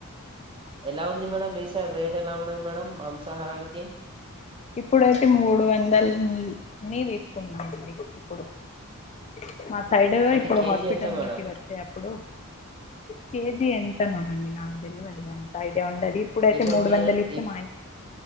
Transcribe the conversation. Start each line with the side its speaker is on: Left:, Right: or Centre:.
Right: ఎలా ఉంది మేడం మీ సైడ్ రేట్ ఎలా ఉన్నది మేడం మాంసాహారానికి
Left: ఇప్పుడైతే మూడు వందల ని తీసుకున్నామండి ఇప్పుడు <inaudible> మా సైడ్
Right: అంటే
Left: ఇప్పుడు
Right: కేజీ
Left: హాస్పిటల్
Right: ఎంత మేడం
Left: నుంచి వచ్చే అప్పుడు కేజీ ఎం ఎంత నోండి నాకు తెలివది అంత ఐడియా ఇప్పుడుయితే
Right: ఇప్పుడు
Left: మూడు
Right: మీరు
Left: వందలు ఇస్తే
Right: ఇప్
Left: మా